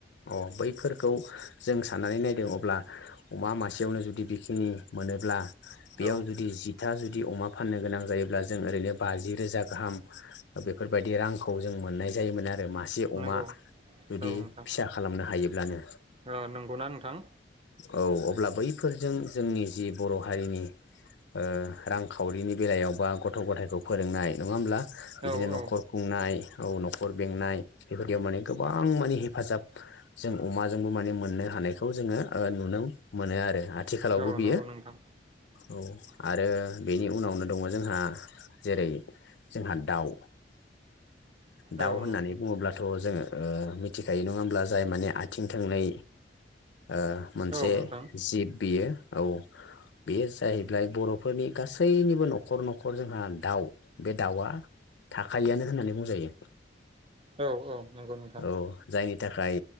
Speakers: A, on the left (about 75°); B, on the right (about 35°).
A: अ बैफोर खौ जों साननानै नायदों अब्ला अमा मासेयावनो जुदि बेखिनि मोनोब्ला बेयाव
B: औ
A: जुदि जिथा जुदि अमा फाननो गोनां जायोब्ला जों ओरैनो बाजि रोजा गाहाम बेफोरबायदि रांखौ जों मोननाय जायोमोन आरो मासे अमा
B: नंगौ
A: जुदि
B: औ नोंथां
A: फिसा खालामनो हायोब्लानो
B: औ नंगौना नोंथां
A: औ अब्ला बैफोरजों जोंनि जि बर' हारिनि ओ रांखावरिनि बेलायाव बा गथ गथायखौ फोरोंनाय नङा होमब्ला बिदिनो
B: औ
A: नखर
B: औ
A: खुंनाय औ नखर बेंनाय बेबायदियाव माने गोबां माने हेफाजाब जों अमाजोंबो माने मोननो हा खौ जोङो नुनो मोनो आरो आ आथिखालावबो
B: औ
A: बियो
B: नंगौ नोंथां
A: औ आरो बेनि उनावनो दङ जोंहा जेरै जोंहा दाउ दाउ
B: औ
A: होननानै
B: नोंथां
A: बुङोब्लाथ जोङो ओ मिथिखायो नङाहोमब्ला जाय माने आथिं थोंनै ओ मोनसे
B: औ नोंथां
A: जिब बियो औ बेयो जाहैबाय बरफोरनि गासैनिबो नखर नखर जोंहा दाउ बे दाउआ थाखायोआनो होननानै बुंजायो
B: औ औ नंगौ नोंथां
A: औ जायनि थाखाय